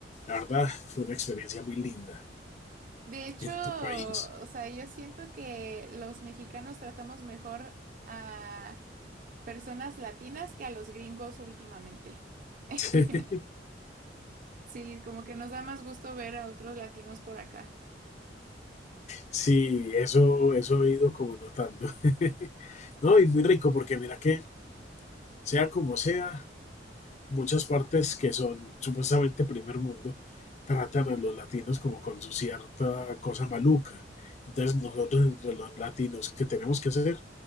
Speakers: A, on the left (about 40°); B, on the right (about 45°).
A: La verdad, fue una experiencia muy linda
B: De hecho,
A: en tu país.
B: o sea, yo siento que los mexicanos tratamos mejor a personas latinas que a los gringos últimamente. <laughs>
A: <laughs>
B: Sí, como que nos da más gusto ver a otros latinos por acá.
A: Sí, eso, eso he ido como notando. <laughs> No, y muy rico porque mira que, sea como sea, muchas partes que son supuestamente primer mundo tratan a los latinos como con su cierta cosa maluca. Entonces nosotros entre los latinos, ¿qué tenemos que hacer?